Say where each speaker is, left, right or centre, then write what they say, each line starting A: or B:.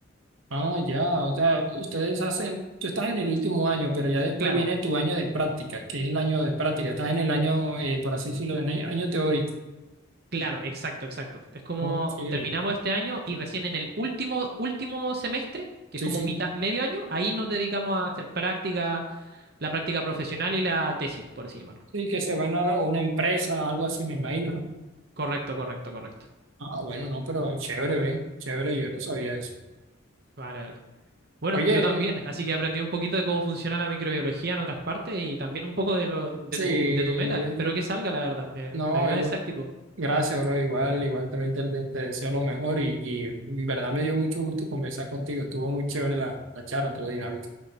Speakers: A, on the right (about 75°); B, on the right (about 50°).
A: Ah, ya, o sea, ustedes hacen, tú estás en el último año, pero ya después
B: Claro,
A: viene tu año de práctica, que es el año de práctica, estás en el año, eh, por así decirlo, en el año teórico.
B: claro, exacto, exacto. Es como
A: Ok, sí,
B: terminamos este año y recién en el último, último semestre, que
A: sí,
B: es como mitad, medio año, ahí nos dedicamos a hacer práctica, la práctica profesional y la tesis, por así llamarlo.
A: sí, que se van a la- una empresa, algo así, me imagino, ¿no?
B: Correcto, correcto, correcto.
A: Ah, bueno, no, pero chévere, ven, chévere, yo no sabía eso.
B: Vale, vale. Bueno,
A: Oye,
B: yo también, así que aprendí un poquito de cómo funciona la microbiología en otras partes y también un poco de lo, de
A: sí,
B: tu, de tu meta. Espero que salga, la verdad. Me,
A: no,
B: me agrada
A: igual-
B: esa actitud.
A: gracias, bro, igual, igual también te, te deseo lo mejor y, y en verdad me dio mucho gusto conversar contigo, estuvo muy chévere la, la charla, tu dinámica.